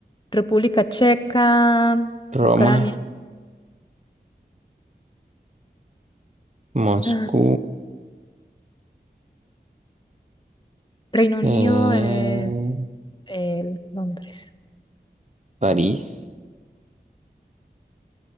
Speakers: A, on the left (about 25°); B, on the right (about 40°).
A: República Checa,
B: Roma,
A: Ucrania,
B: Moscú,
A: ah, Reino Unido,
B: eh,
A: eh, el Londres.
B: París.